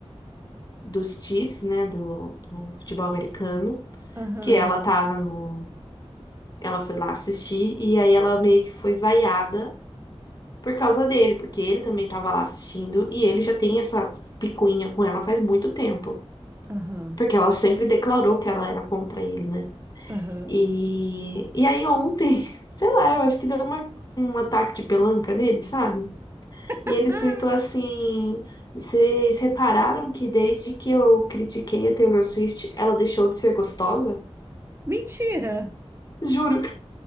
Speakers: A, on the left; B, on the right.
A: dos Chiefs, né? Do, do futebol americano.
B: Aham,
A: Que ela tava no. Ela foi lá assistir e aí ela meio que foi vaiada por causa dele, porque ele também estava lá assistindo e ele já tem essa picuinha com ela faz muito tempo,
B: aham,
A: porque ela sempre declarou que ela era contra ele, né?
B: aham.
A: E, e aí ontem, <laughs> sei lá, eu acho que deu uma, um ataque de pelanca nele, sabe? E
B: Ah,
A: ele tuitou assim: Vocês repararam que desde que eu critiquei a Taylor Swift, ela deixou de ser gostosa?
B: mentira,
A: Juro,